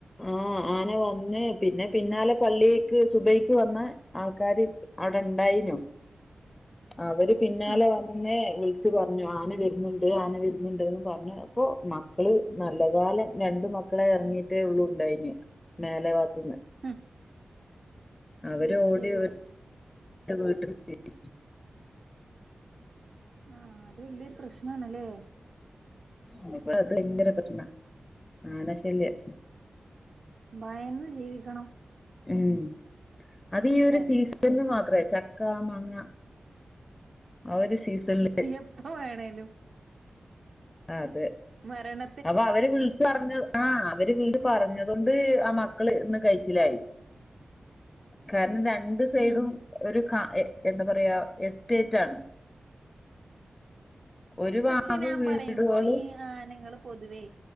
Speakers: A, on the left; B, on the right.
A: ആഹ ആനെ വന്ന പിന്നെ പിന്നെ പിന്നാലെ പള്ളിക്ക് സുബയ്ക്ക് വന്ന ആൾക്കാാര് അവിടെ ഉണ്ടായിനോ അവര് പിന്നാലെ
B: ഉം
A: വന്നേ പറഞ്ഞു ആന വരുന്നുണ്ട് ആന വരുന്നുണ്ട്ന്ന് പറഞ്ഞു അപ്പോൊ മക്കള് നല്ല കാലം രണ്ട മക്കളെ ഇറങ്ങീയിട്ടേ ഉള്ളുണ്ടായിന് മേലെ ഭഗത്തുന്ന്
B: ഉം <unintelligible>
A: അവര
B: അത്
A: ഓടി
B: ശരി
A: വീട്ട <unintelligible>
B: ആ അത് വല്യൊരു പ്രശ്നണല്ലേ
A: ആ ഇപ്പ അത് ഭയങ്കര പ്രശ്നാ ആകെ ശല്യം
B: ഭയന്ന് ജീവിക്കണം
A: ഉം അത ഈ ഒരു
B: ല്ലേ
A: സീസണന് മാത്രേ ചക്ക മാങ്ങ ആ ഒരു സീസണില്
B: ന എപ്പ വേണേലും
A: അതെ
B: മരണ
A: അപ്പൊ അവര് വിളിച്ച് പറഞ്ഞ് ആ അവര് വീട് ത പറഞ്ഞത് കൊണ്ട് ആ മക്കള് ഇന്ന് കഴിച്ചിലായി കാരണം എന്ത രണ്ട് സൈഡും
B: ഉം
A: ഒരു ക എ എന്താ പറയാ എസ്റ്റേറ്റ് ആണ് ഒരു
B: പക്ഷെ
A: ഭാഗം
B: ഞാൻ
A: വീടുകളും
B: പറയുമ്പോ ഈ ആ നിങ്ങള് പൊതുവേ